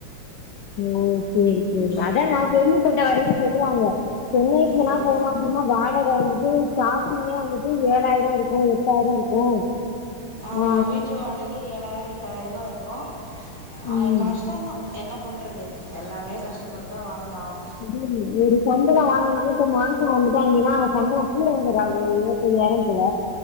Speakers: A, on the left; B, on the right.
A: ஓ சேரி சேரி அதா நா கேள்விப்பட்ட வரையு சொல்லுவாங்க சென்னைக்குல்லா
B: ம்
A: போனோ அப்டினா வாடக வந்துட்டு சாப்பிங்கே வந்துட்டு ஏழாயிரோ இருக்கு எட்டாயிரோ இருக்கு
B: ஆமா
A: ஆ
B: வீட்டு வாடகயே ஏழாயிரோ எட்டாயிருபா இருக்கு அ
A: ம்
B: கஷ்டோந்தா என்ன பண்றது எல்லாமே கஷ்டப்பட்டுதா வாழ்ந்தாவ்னு
A: எதிலுமே ஓரு சம்பளோ வாங்னாலு இப்ப மாச வந்துட்டா அங்கனா சம்பளம் கூட வாங்கறா ஒரு இருவத்தய்யாயிரோ போல